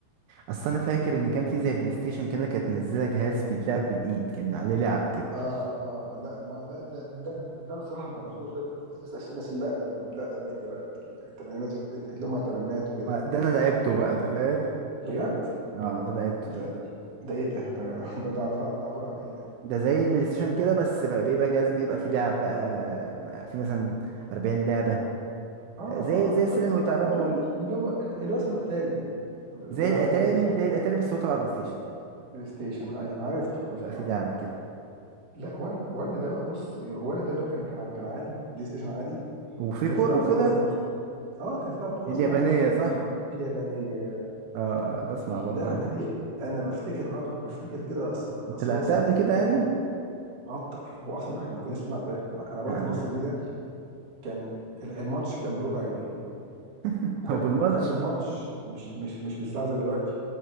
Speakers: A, on the right (about 80°); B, on the right (about 40°).
A: اصل انا فاكر ان كان في زي بلاي ستيشن كده كانت منزله جهاز بيتلعب بالايد كان عليه لعب كده
B: اه اه لا ما ده ده ده, ده انا الصراحه ما حضرتوش ده, ده, ده انت تسال في ناس اللي اقدم اللي اقدم مني بقى الثمانينات اللي هم الثمانينات وكده
A: ما-
B: يعني
A: ده انا لعبته بقى تخيل
B: بجد
A: اه ده لعبته
B: ده ده ايه ده ده ده, ده, ده, ده عباره عن ايه ده
A: ده زي البلاي ستيشن كده بس بقى بيبقى جهاز بيبقى فيه لعب بقى في مثلا 40 لعبة
B: اه اه
A: زي زي
B: اللي
A: السلم
B: هو الاسم
A: والتعبان
B: اللي
A: وال...
B: هو اللي هو اللي هو اسمه الاتاري ده بناء
A: زي الاتاري
B: على اتاري صح؟
A: زي الاتاري بس هو تبع بلاي ستيشن
B: بلاي ستيشن ايوه أنا عرفته
A: اه
B: عرفته
A: بيبقى فيه
B: اه
A: لعب كده
B: لا وان وان ده بقى بص وان ده اللي هو كان كان كان عادي بلاي ستيشن عادي
A: وفي
B: وكان
A: كورة
B: في لعبه
A: وكده
B: كوره اسمها اه كان في لعبه كوره
A: اليابانية
B: اسمها ال-
A: صح
B: اليابانيه
A: اه آه، بسمع
B: اللعبه
A: برضه أنا.
B: دي انا بفتكر اه بفتكر كده أصو-
A: انت
B: اصوات
A: لعبتها قبل كده يعني
B: العط هو اصلا احنا ما كناش بنلعب غيرها ما- انا بقول
A: اه
B: لك النص جنيه ده كان ال- الماتش كان بربع جنيه
A: <laughs>
B: وكان
A: او بالماتش
B: وكان بالماتش مش مش مش بالساعه زي دلوقتي